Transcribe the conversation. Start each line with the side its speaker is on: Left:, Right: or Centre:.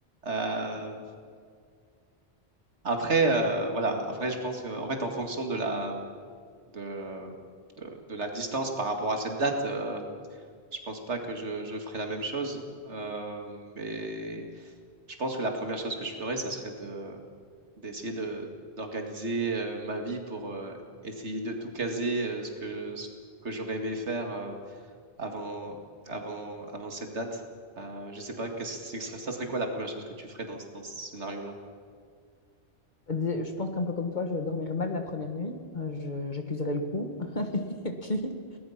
Right: Euh, Après, euh, voilà. Après, je pense que, en fait, en fonction de la, de, de, de la distance par rapport à cette date, euh, je pense pas que je, je ferais la même chose. Euh, mais. Je pense que la première chose que je ferais, ça serait de d'essayer de d'organiser euh, ma vie pour euh, essayer de tout caser euh, ce que ce que j'aurais aimé faire euh, avant avant avant cette date. Euh, je sais pas, qu'est-ce que ce serait- ça serait quoi la première chose que tu ferais dans, ce- dans ce scénario-là?
Left: Je pense qu'un peu comme toi, je dormirais mal la première nuit. Euh, je- j'accuserais le coup. <laughs> Et puis,